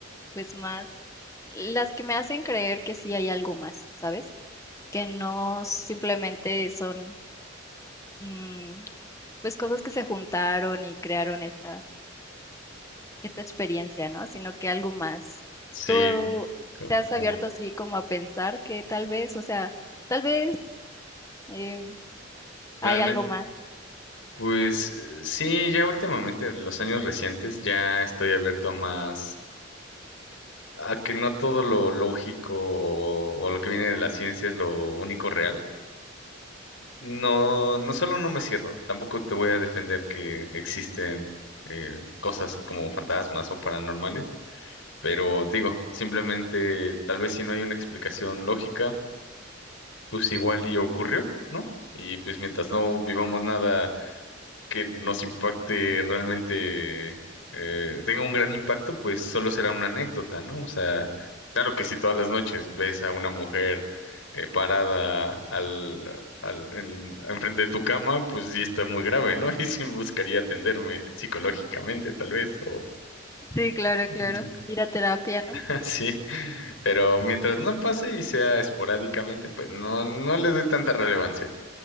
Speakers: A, on the left; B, on the left.
A: pues más las que me hacen creer que sí hay algo más, ¿sabes? Que no simplemente son mm, pues cosas que se juntaron y crearon esta esta experiencia, ¿no? Sino que algo más.
B: sí,
A: Tú
B: co-
A: te has
B: co-
A: abierto así como a pensar que tal vez, o sea, tal vez eh,
B: realmente,
A: hay algo más,
B: pues eh, sí, ya últimamente, los años recientes, ya estoy abierto a más a que no todo lo lógico o, o lo que viene de la ciencia es lo único real. No, no solo no me cierro, tampoco te voy a defender que existen eh, cosas como fantasmas o paranormales, pero digo, simplemente tal vez si no hay una explicación lógica, pues igual y ocurrió, ¿no? Y pues mientras no vivamos nada que nos impacte realmente, eh, tenga un gran impacto, pues solo será una anécdota, ¿no? O sea, claro que si todas las noches ves a una mujer eh, parada al, al, en, enfrente de tu cama, pues sí está muy grave, ¿no? <laughs> Y sí buscaría atenderme psicológicamente, tal vez, o
A: Sí, claro, claro.
B: Ujú.
A: ir a terapia, ¿no?
B: <laughs> así. Pero mientras no pase y sea esporádicamente, pues no, no le doy tanta relevancia.